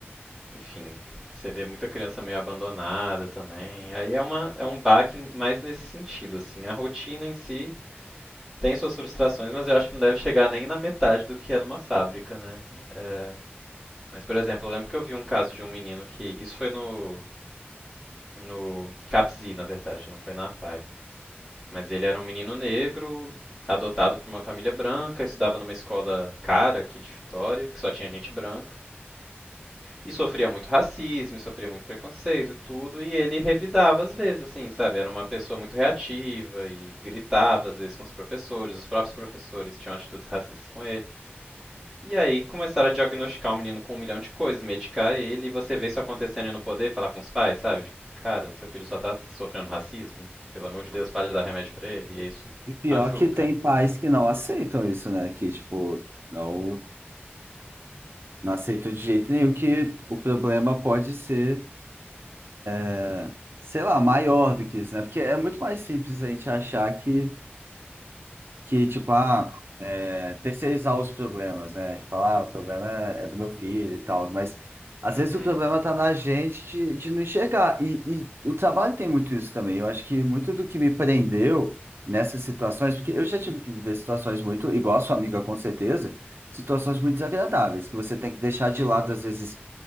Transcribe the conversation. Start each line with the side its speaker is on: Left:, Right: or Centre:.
Centre: enfim, você vê muita criança meio abandonada também. Aí é uma, é um baque mais nesse sentido, assim. A rotina em si tem suas frustrações, mas eu acho que não deve chegar nem na metade do que é numa fábrica, né? É, Mas, por exemplo, eu lembro que eu vi um caso de um menino que. Isso foi no, no CAPSI, na verdade, não foi na APAE. Mas ele era um menino negro, adotado por uma família branca, estudava numa escola cara aqui de Vitória, que só tinha gente branca. E sofria muito racismo, e sofria muito preconceito e tudo, e ele revidava às vezes, assim, sabe? Era uma pessoa muito reativa e gritava às vezes com os professores, os próprios professores tinham atitudes racistas com ele. E aí começaram a diagnosticar o menino com um milhão de coisas, medicar ele, e você vê isso acontecendo e não poder falar com os pais, sabe? Tipo, cara, seu filho só tá sofrendo racismo, pelo amor de Deus, para de dar remédio pra ele, e isso
Right: E pior
Centre: machuca,
Right: que tem
Centre: né?
Right: pais que não aceitam isso, né? Que, tipo, não, não aceitam de jeito nenhum que o problema pode ser, é, sei lá, maior do que isso, né? Porque é muito mais simples a gente achar que que, tipo, ah, é, terceirizar os problemas, né? De falar, ah, o problema é, é do meu filho e tal, mas às
Centre: Uhum,
Right: vezes o problema tá na gente de, de não enxergar. E, e o trabalho tem muito isso também. Eu acho que muito do que me prendeu nessas situações, porque eu já tive que viver situações muito, igual a sua amiga, com certeza, situações muito desagradáveis, que você tem que deixar de lado, às vezes,